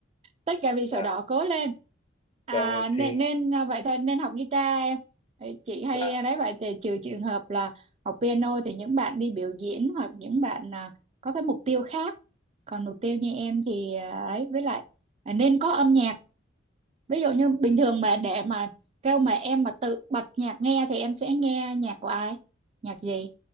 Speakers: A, on the right (about 30°); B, on the left (about 30°).
A: tất cả vì sổ
B: và
A: đỏ cố lên à,
B: vâng
A: nên
B: thì
A: nên à, vậy thôi nên học guitar em Đấy, chị hay
B: là
A: à, đấy vậy thì trừ trường hợp là học piano thì những bạn đi biểu diễn hoặc những bạn à, có cái mục tiêu khác còn mục tiêu như em thì à, ấy với lại à, nên có âm nhạc ví dụ như bình thường mà để mà kêu mà em mà tự bật nhạc nghe thì em sẽ nghe nhạc của ai nhạc gì